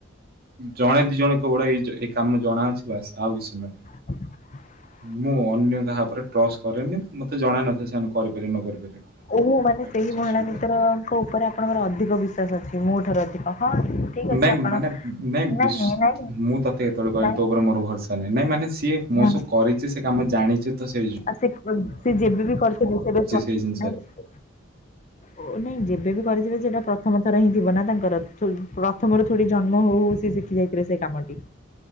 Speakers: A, on the right; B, on the left.
A: ଜଣେ ଦି ଜଣ କେବଳ ଏ ଇ ଯ ଏଇ କାମ ଜଣା ଅଛି ବାସ ଆଉ କିଛି ନୁହଁ।
B: <unintelligible>
A: ମୁଁ ଅନ୍ୟ କାହା ଉପରେ ଟ୍ରସ୍ କରେନି ମତେ ଜଣ ନଥାଏ ସେମାନେ କରିପାରିବେ ନ କରିପାରିବେ।
B: ଓହୋ ମାନେ
A: ସେଇଟା
B: ସେଇ
A: ହଉଛି
B: ମହିଳା
A: ଅସୁବିଧା
B: ମିତ୍ରଙ୍କ ଉପରେ ଆପଣଙ୍କର ଅଧିକ ବି ବିଶ୍ୱାସ ଅଛି ମୋ ଠାରୁ ଅଧିକ ହଁ ଠିକ ଅଛି
A: ନାଇଁ
B: ଆପଣ
A: ମାନେ ବିଶ
B: ନାଇଁ ନାଇଁ ନାଇଁ
A: ମୁଁ ତତେ କେତେବେଳେ କହିଲି
B: ନାଇଁ
A: ତୋ ଉପରେ ମୋର ଭରସା ନାଇଁ ମାନେ ସିଏ ମୋ
B: ନା।
A: ସହ କରିଛି ସେ କାମ ଜାଣିଛି ତ ସେଇ ଯୋ
B: ଆଉ ସେ ସେ ଯେବେ ବି କରିଛନ୍ତି ସେବେ
A: ସେଇ
B: <inaudible>
A: ଜିନିଷରେ
B: ଓ ନାଇଁ ଯେବେବି କରିଥିବେ ସେଟା ପ୍ରଥମ ଥର ହିଁ ଥିବ ନା ତାଙ୍କର। ପ୍ରଥମରୁ ଥୋଡି ଜନ୍ମ ହଉ ହଉ ସେ ଶିଖି ଯାଇଥିଲେ ସେ କାମଟି।